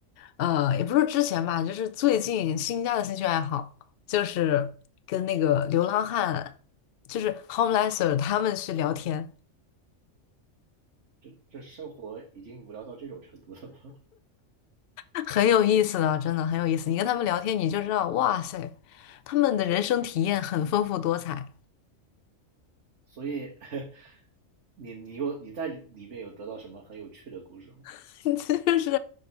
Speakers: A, on the left; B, on the right.
A: 呃，也不是之前吧，就是最近新加的兴趣爱好，就是跟那个流浪汉，就是 homelesser 他们去聊天，
B: 这这生活已经无聊到这种程度了吗？
A: <laughs> 很有意思的，真的很有意思。你跟他们聊天，你就知道，哇塞，他们的人生体验很丰富多彩。
B: 所以 <laughs>，你你有你在里面有得到什么很有趣的故事吗？
A: <laughs> 就是